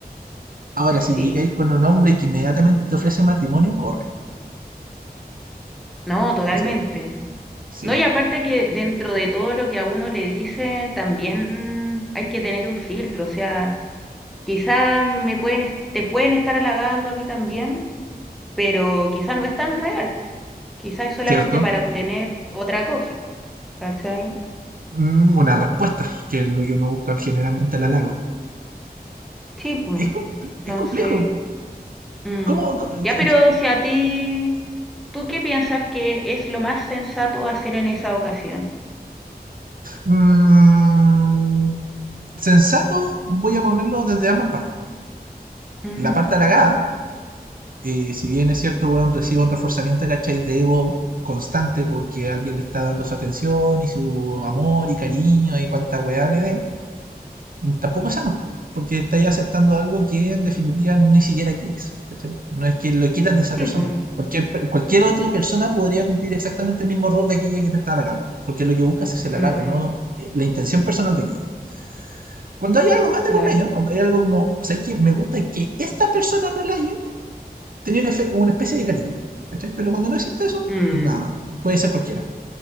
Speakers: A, on the right; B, in the centre.
A: Ahora, si
B: sí.
A: llegáis con un hombre que inmediatamente te ofrece matrimonio, corre.
B: No, totalmente.
A: Eso es. Sí,
B: No, y aparte que dentro de todo lo que a uno le dicen, también hay que tener un filtro. O sea, quizás me pueden, est- te pueden estar halagando a mí también, pero quizás no es tan real. Quizás es solamente
A: ¿cierto?
B: para obtener otra cosa. ¿Cachai?
A: Mm, una respuesta, que es lo que uno busca generalmente al halago.
B: Sí, pues.
A: Es, compl-
B: Entonces,
A: es complejo.
B: mm.
A: ¿Cómo? co-
B: Ya,
A: qué-
B: pero
A: qué-
B: si a ti, ¿tú qué piensas que es lo más sensato hacer en esa ocasión?
A: Mm, sensato, voy a ponerlo desde ambas partes.
B: Ujú.
A: La parte halagada, eh, si bien es cierto, weón, recibe un reforzamiento, ¿cachai? De ego constante porque alguien le está dando su atención y su amor y cariño y cuánta weá le dé, tampoco es sano. Porque estáis aceptando algo que en definitiva ni siquiera quieres. ¿cachai? No es que lo quieras de esa
B: Sí,
A: persona.
B: pues.
A: Cualquier, per- cualquier otra persona podría cumplir exactamente el mismo rol de aquella que te está halagando. Porque lo que buscas es el
B: Mm,
A: halago, no eh, la intención personal de aquella. Cuando hay algo más de
B: claro.
A: por medio, cuando hay algo como, ¿sabes qué? Me gusta que esta persona me halague, tenía una, una especie de cariño. ¿cachai? Pero cuando no existe eso,
B: Mm,
A: nada, puede ser cualquiera.